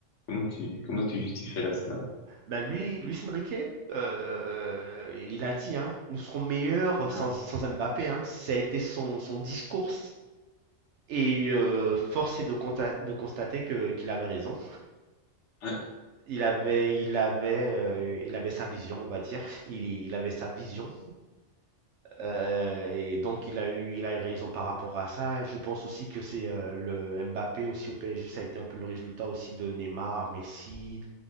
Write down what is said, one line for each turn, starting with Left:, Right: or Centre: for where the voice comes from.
Left: Comment tu, comment tu justifies là, cela?
Right: Bah lui, Luis Enrique, euh, euh, il a dit, hein, nous serons meilleurs
Left: Hein
Right: sans, sans Mbappé. hein. Ça a été son, son discours. Et euh, force est de, conta- de constater que, qu'il avait raison.
Left: Ouais,
Right: Il avait, il avait, euh, il avait sa vision, on va dire. Il, il avait sa vision. Euh, et donc, il a eu, il a eu raison par rapport à ça. Je pense aussi que c'est euh, le Mbappé aussi au PSG. Ça a été un peu le résultat aussi de Neymar, Messi,